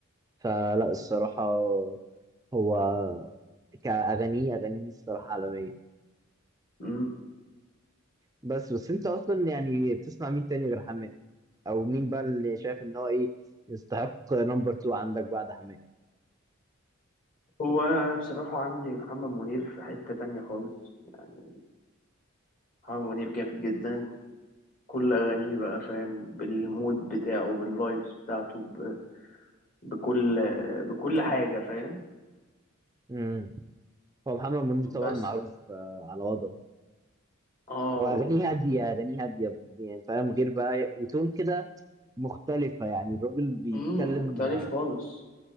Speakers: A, on the right; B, on the left.
A: فلا الصراحه هو كاغانيه اغانيه الصراحه عالميه
B: مم.
A: بس بس انت اصلا يعني بتسمع مين تاني غير حماقي او مين بقى اللي شايف ان هو ايه يستحق نمبر 2 عندك بعد حماقي
B: هو أنا بصراحة عندي محمد منير في حتة تانية خالص يعني محمد منير جامد جدا كل أغانيه بقى فاهم بالمود بتاعه بالفايبس بتاعته ب... بكل بكل حاجة فاهم
A: امم هو محمد منير طبعا
B: بس
A: معروف آه، على وضعه
B: اه
A: هو أغانيه هادية أغانيه هادية يعني فاهم غير بقى وتون كده مختلفة يعني الراجل بيتكلم
B: امم مختلف خالص